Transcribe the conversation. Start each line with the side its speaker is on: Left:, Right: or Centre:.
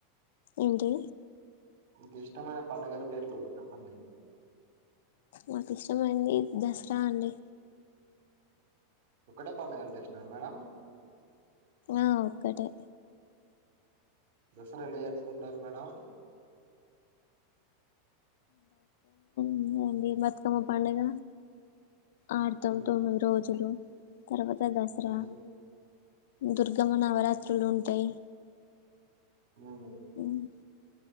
Left: ఏంటే
Right: మీకు ఇష్టమైన పడుగల పేర్లు చెప్పండి
Left: నాకు ఇష్టమైంది దసరా అండి
Right: ఒకటే పడుగంటే ఇష్టం మేడం
Left: ఆ ఒక్కటే
Right: దసరా ఎలా జరుపుకుంటారు మేడం
Left: ఊమ్ అండి బతుకమ్మ పండగ ఆర్తవ్
Right: ఉమ్
Left: తొమ్మిది రోజులు తరువాత్ అ దసరా
Right: ఉమ్
Left: దుర్గమ్మ నవరాత్రులు ఉంటయి
Right: ఉమ్
Left: ఊహ్మ్